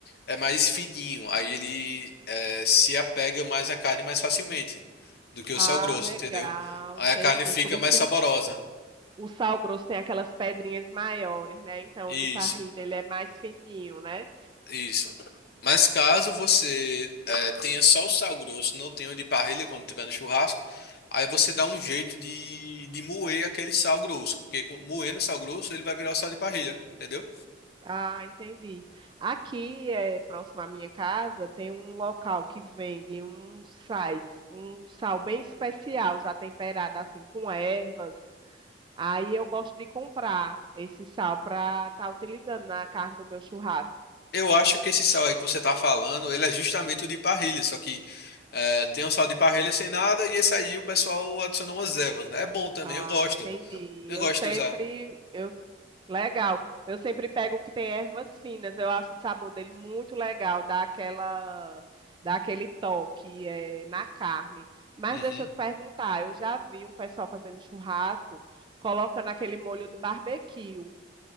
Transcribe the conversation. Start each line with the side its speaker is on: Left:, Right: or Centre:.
Left: é mais fininho, aí ele eh, se apega mais à carne mais facilmente do que
Right: Ah,
Left: o sal grosso,
Right: legal,
Left: entendeu? Aí
Right: entendi.
Left: a carne fica
Right: Por isso
Left: mais
Right: que
Left: saborosa.
Right: eu O sal grosso tem aquelas pedrinhas maiores, né? Então,
Left: Isso.
Right: o de parrilha, ele é mais fininho, né?
Left: Isso. Mas caso você eh, tenha só o sal grosso, não tenha o de parrilha quando tiver no churrasco, aí você dá um jeito de, de moer aquele sal grosso, porque co- moendo o sal grosso ele vai virar o sal de parrilha, entendeu?
Right: Ah, entendi. Aqui, é, próximo à minha casa, tem um local que vende um sais, um sal bem especial, já temperado assim com ervas. Aí eu gosto de comprar esse sal para estar utilizando na carne do meu churrasco.
Left: Eu acho que esse sal aí que você tá falando, ele é justamente o de parrilha, só que eh, tem um sal de parrilha sem nada e esse aí o pessoal adicionou umas ervas, né? É bom também,
Right: Ah,
Left: eu gosto.
Right: entendi.
Left: Eu
Right: Eu
Left: gosto
Right: sempre,
Left: de usar.
Right: eu, legal. Eu sempre pego o que tem ervas finas. Eu acho o sabor dele muito legal, dá aquela, dá aquele toque eh, na carne. Mas
Left: Uhum.
Right: deixa eu te perguntar, eu já vi um pessoal fazendo churrasco, colocando aquele molho de barbecue. O